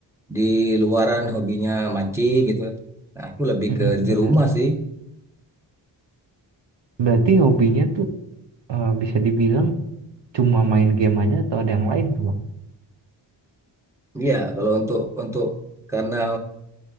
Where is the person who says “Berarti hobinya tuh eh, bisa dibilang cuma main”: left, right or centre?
Right